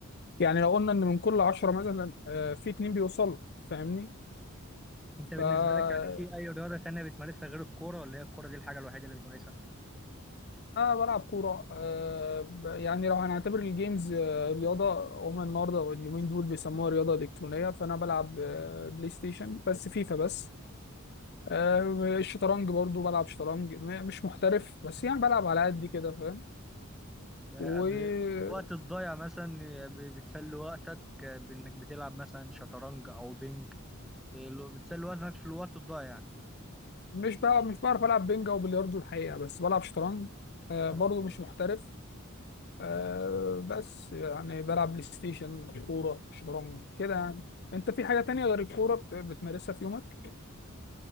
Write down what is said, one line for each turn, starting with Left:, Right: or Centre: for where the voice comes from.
Left: يعني لو قلنا ان من كل عشرة مثلا آه، في اتنين بيوصلوا فاهمني
Centre: انت بالنسبه
Left: فأنا
Centre: لك يعني في اي رياضه تانية بتمارسها غير الكوره ولا هي الكوره دي الحاجه الوحيده اللي بتمارسها
Left: بلعب كورة آه، ب- يعني لو هنعتبر الجيمز آه، رياضة هما النهاردة واليومين دول بيسموها رياضة إلكترونية فأنا بلعب آه، بلاي ستيشن بس فيفا بس آه، الشطرنج برضو بلعب شطرنج م- مش محترف بس يعني بلعب على قد كده فاهم
Centre: ده
Left: ومش
Centre: ب- الوقت الضايع مثلا ب- بتسلي وقتك بإنك بتلعب مثلا شطرنج أو بينج آه، لو بتسلي وقتك في الوقت الضايع يعني
Left: بلعب مش بعرف ألعب بينجا وبلياردو الحقيقة بس بلعب شطرنج آه،
Centre: شطرنج
Left: برضو
Centre: اه
Left: مش محترف آه
Centre: اه
Left: بس يعني بلعب بلاي ستيشن كورة شطرنج كده يعني انت في حاجة تانية غير الكورة بت- بتمارسها في يومك